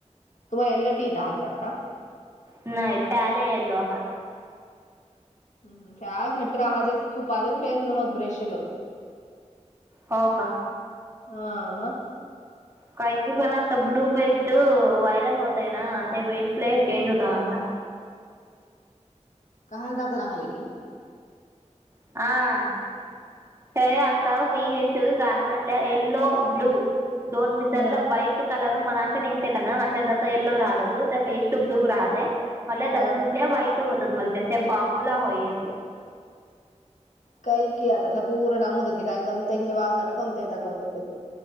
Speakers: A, on the left (about 80°); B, on the right (about 20°).
A: तुम्हाला एल टी येत आहात आता
B: नाही प्याले येलो आहात
A: हम् च घट्र हजेस खूप आजस बेस नव होत ब्रेशल <unintelligible>
B: हो का
A: हा मग
B: काही काही जण आता ब्लू पेस्ट व्हायरल होतय ना त्या वेळेस लय चेंज होता म्हनता.
A: काल दात रगले की
B: आ! हे आता पी एचल काय म्हटल्या येल्लो ब्लू दोन विसरलं
A: हम्म,
B: व्हाईट कलर मनाशा निघेकना कनाया आता यलो राहते बेस्ट ब्लू राहाते मल्या
A: हा.
B: दादा तुथल्या वाईट होतात मलच्या आणि ते फामला होय एक
A: काही की आता त्या पूर्ण मुदत कि काय कोणत घेवासाठी कोणते दाखवत होते ते.